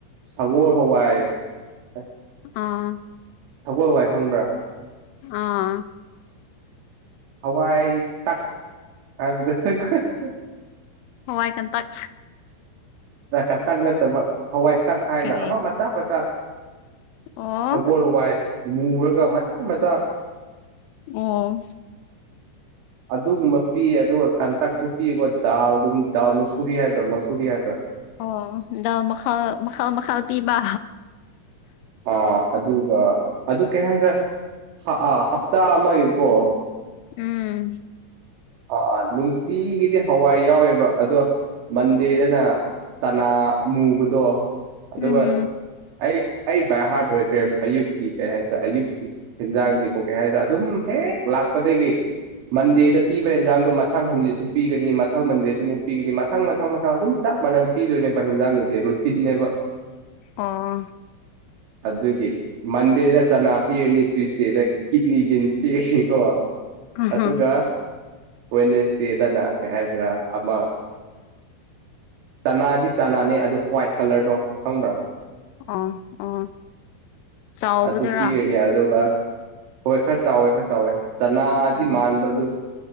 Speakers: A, on the right; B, on the left.
A: ꯁꯒꯣꯜ ꯍꯋꯥꯏ ꯑꯁ
B: ꯑꯥ
A: ꯁꯒꯣꯜ ꯍꯋꯥꯏ ꯈꯪꯕ꯭ꯔꯥ
B: ꯑꯥ
A: ꯍꯋꯥꯏ ꯇꯛ ꯍꯥꯏꯕꯗꯨ <unintelligible>
B: ꯍꯋꯥꯏ ꯀꯟ ꯇꯛ
A: ꯑꯥ ꯀꯟꯇꯛ ꯅꯠꯇꯕ ꯍꯋꯥꯏ ꯇꯛ ꯍꯥꯏꯅ
B: ꯀꯔꯤ
A: ꯑꯃ ꯃꯆꯥ ꯃꯆꯥ
B: ꯑꯣ
A: ꯁꯒꯣꯜ ꯍꯋꯥꯏ ꯃꯨꯔꯒ ꯃꯆꯥ ꯃꯆꯥ
B: ꯑꯣ
A: ꯑꯗꯨꯒꯨꯝꯕ ꯄꯤꯌꯦ ꯑꯗꯨꯒ ꯀꯟꯇꯛꯁꯨ ꯄꯤꯌꯦꯀꯣ ꯗꯥꯜ ꯑꯗꯨꯝ ꯗꯥꯜ ꯃꯨꯁꯨꯔꯤ ꯍꯥꯏꯕ꯭ꯔꯥ ꯃꯁꯨꯔꯤ ꯍꯥꯏꯕ꯭ꯔꯥ
B: ꯑꯣ ꯗꯥꯜ ꯃꯈꯜ ꯃꯈꯜ ꯃꯈꯜ ꯄꯤꯕ
A: ꯑ ꯑꯗꯨꯒ ꯑꯗꯨ ꯀꯩ ꯍꯥꯏꯁꯤꯔꯥ ꯍ ꯑꯥ ꯍꯞꯇꯥ ꯑꯃꯒꯤꯀꯣ
B: ꯎꯝ
A: ꯑꯥ ꯑꯥ ꯅꯨꯡꯇꯤꯒꯤꯗꯤ ꯍꯋꯥꯏ ꯌꯥꯎꯋꯦꯕ ꯑꯗꯣ ꯃꯟꯗꯦꯗꯅ ꯆꯅꯥ ꯃꯨꯕꯗꯣ ꯑꯗꯨꯒ
B: ꯎꯝ
A: ꯑꯩ ꯑꯩ ꯕꯥꯏꯍꯥꯔ꯭ꯠ ꯑꯣꯏꯈ꯭ꯔꯦ ꯑꯌꯨꯛꯀꯤ ꯀꯩ ꯍꯥꯏꯁꯤꯔ ꯑꯌꯨꯛꯀꯤ ꯍꯤꯟꯖꯥꯡꯗꯤꯀꯣ ꯀꯩ ꯍꯥꯏꯖꯤꯔ ꯑꯗꯨꯝ ꯍꯦꯛ ꯂꯥꯛꯄꯗꯒꯤ ꯃꯟꯗꯦꯗ ꯄꯤꯕ ꯑꯦꯟꯖꯥꯡꯗꯣ ꯃꯊꯪ ꯁꯟꯗꯦꯁꯨ ꯄꯤꯒꯅꯤ ꯃꯊꯪ ꯃꯟꯗꯦꯁꯨ ꯃꯨꯛ ꯄꯤꯒꯅꯤ ꯃꯊꯪ ꯃꯊꯪ ꯃꯊꯪ ꯑꯗꯨꯝ ꯆꯞ ꯃꯥꯟꯅꯟ ꯄꯤꯗꯣꯏꯅꯦꯕ ꯍꯤꯟꯖꯥꯡꯗꯨꯗꯤ ꯔꯨꯇꯤꯟꯅꯦꯕ
B: ꯑꯣ
A: ꯑꯗꯨꯒꯤ ꯃꯟꯗꯦꯗ ꯆꯅꯥ ꯄꯤꯔꯅꯤ ꯇꯨꯏꯁꯗꯦꯗ ꯀꯤꯠꯅꯤ ꯕꯤꯟꯁ ꯄꯤꯔꯅꯤꯀꯣ
B: ꯑꯍꯥ
A: ꯑꯗꯨꯒ ꯋꯦꯅꯦꯁꯗꯦꯗꯅ ꯀꯩ ꯍꯥꯏꯁꯤꯔꯥ ꯑꯃ ꯆꯅꯥꯗꯤ ꯆꯅꯥꯅꯦ ꯑꯗꯨ ꯍ꯭ꯋꯥꯏꯠ ꯀꯂꯔꯗꯣ ꯈꯪꯕ꯭ꯔꯥ
B: ꯑꯣ ꯑꯣ ꯆꯥꯎꯕꯗꯨꯔꯥ
A: ꯑꯗꯨ ꯄꯤꯔꯅꯤ ꯑꯗꯨꯒ ꯍꯣꯏ ꯈꯔ ꯆꯥꯎꯋꯦ ꯈꯔ ꯆꯥꯎꯋꯦ ꯆꯅꯥꯗꯤ
B: ꯎꯝ
A: ꯃꯥꯟꯕ ꯑꯗꯨ